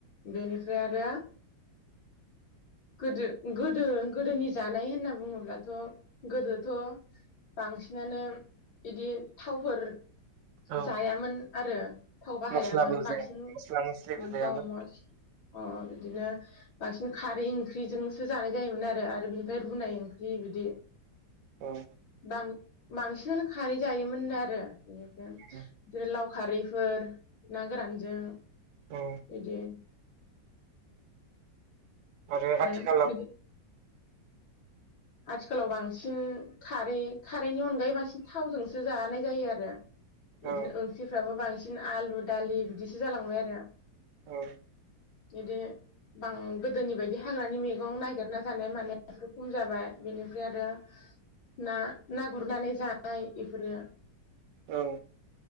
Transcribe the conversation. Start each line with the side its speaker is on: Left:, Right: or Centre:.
Left: बेनिफ्राय आरो गोदो गोदो गोदोनि जानाय होनना बुङोब्लाथ' गोदोथ' बांसिनानो इदि थावफोर
Right: औ
Left: जायामोन आरो थाव बाहायामोन
Right: मस्लाबो होजाया
Left: बांसिन
Right: मस्ला मस्लिबो होजायामोन
Left: थाव मस अ बिदिनो बांसिन खारें ओंख्रिजोंसो जानाय जायोमोन आरो बिनिफ्राय रुनाय ओंख्रि बिदि
Right: औ
Left: बां बांसिनानो खारै जायोमोनो आरो बेनिफाय आरो‌
Right: उम
Left: लाव खारैफोर ना गोरानजों
Right: औ
Left: बिदि
Right: आरो आथिखालाव
Left: होम बिदि आथिखालाव बांसिन खारै खारैनि अनगायै बांसिन थावजोंसो जानाय जायो आरो बिदिनो
Right: औ
Left: ओंख्रिफ्राबो बांसिन बिसिन आलु दालि बिदिसो जालांबाय आरो
Right: ओं
Left: बे बां गोदोनि बायदि हाग्रानि मैगं नागिरना जानाय माने फोर खम जाबाय बेनिफ्राय आरो ना ना गुरनानै जानाय बेफोरो
Right: ओं